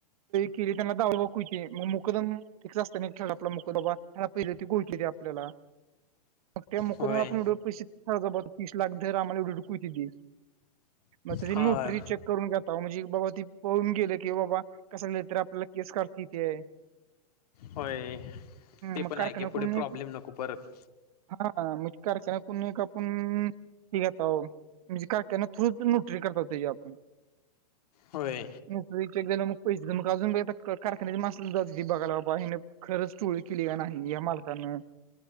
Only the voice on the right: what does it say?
केले त्यांना दव बक होती मग मुकदम फिकच असतं ना खेळ आपला मुकदबा ह पहिले त कोठली ते आपल्याला मग त्या मुकडदम
आपण रोख पैसे थ ज तीस लाख आम्हाला एवढे कती दिस मग तुझी
नोटरी चेक करून घ्याता म्हणजे बाबा ती पळून गेले की बाबा. कसं झालं तर आपल्याला केस काढत ते.
मग
कारखाना
कोण
एक
हा मिटकारच्या ना पुण एक का आपण ठीक आता म्हणजे कारखान्यात थोड न्यूट्री करत होते जे आपण
न्यूट्रीचे एक पैसे तर मग अजून बघ कारखान्याचे मास ज बघाला बाबा हने खरच टोळ केलीला नाही या मालकान? ह.